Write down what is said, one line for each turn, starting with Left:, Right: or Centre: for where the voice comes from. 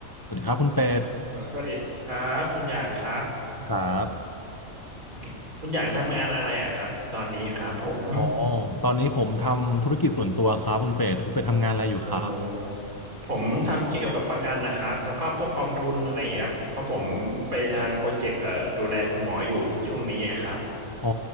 Left: สวัสดีครับคุณเป็ด
Right: เออสวัสดีครับคุณหยางครับ
Left: ครับ
Right: โอเคคุณหยางทำงานอะไรอ่ะครับตอนนี้ครับผม
Left: อ๋อตอนนี้ผมทำธุรกิจส่วนตัวครับคุณเป็ดคุณเป็ดทำงานอะไรอยู่ครับ
Right: โอ้โหผมทำเกี่ยวกับประกันนะครับแล้วก็พวกกองทุนอะไรอย่างเงี้ยครับเพราะผมไปทางโปรเจกต์เอ่อดูแลคุณหมออยู่ช่วงนี้ไงครับ
Left: อ๋อ